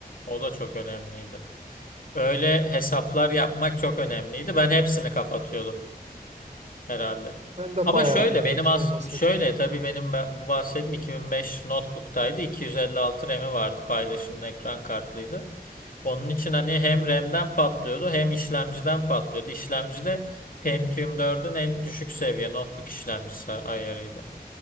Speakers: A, on the left; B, on the right.
A: o da çok önemliydi. Öyle hesaplar yapmak çok önemliydi ben hepsini kapatıyordum herhalde.
B: Ben de
A: Ama
B: bayağı
A: şöyle benim
B: hepsi
A: as
B: olmasa
A: şöyle
B: da.
A: tabii benim ba- bu bahsettiğim 2005 notebook'taydı 256 RAM'i vardı paylaşımlı ekran kartlıydı. Onun için hani hem RAM'den patlıyordu hem işlemciden patlıyordu. İşlemci de Pentium 4'ün en düşük seviye notebook işlemcisi ayarıydı.